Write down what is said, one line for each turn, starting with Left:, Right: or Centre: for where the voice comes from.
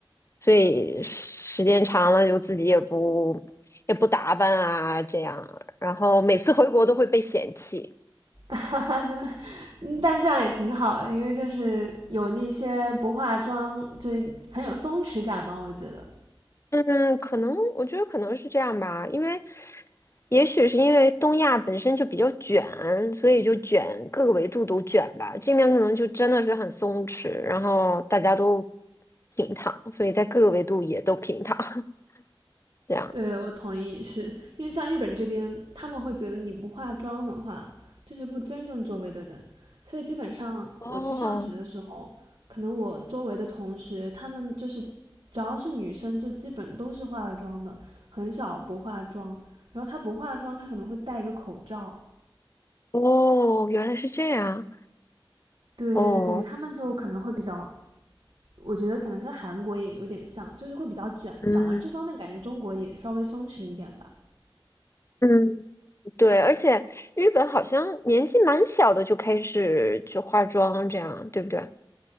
Left: 所以时间长了，就自己也不也不打扮啊，这样，然后每次回国都会被嫌弃。
Right: <laughs> 哈哈，就，嗯但这样也挺好的，因为就是有那些不化妆，就很有松弛感嘛。我觉得，
Left: 嗯，可能我觉得可能是这样吧，因为也许是因为东亚本身就比较卷，所以就卷各个维度都卷吧。这面可能就真的是很松弛，然后大家都平躺，所以在各个维度也都平躺。<laughs> 这样。
Right: 对我同意，是因为像日本这边，他们会觉得你不化妆的话，就是不尊重周围的人，所以基本上我去上学的时候，
Left: 哦
Right: 可能我周围的同学，他们就是只要是女生，就基本都是化了妆的，很少不化妆。然后她不化妆，她可能会戴一个口罩。
Left: 哦，原来是这样。
Right: 对对对，
Left: 哦，
Right: 他们就可能会比较我觉得可能跟韩国也有点像，就是会比较卷，
Left: 嗯
Right: 反而这方面感觉中国也稍微松弛一点吧。
Left: 嗯，对，而且日本好像年纪蛮小的就开始就化妆，这样对不对？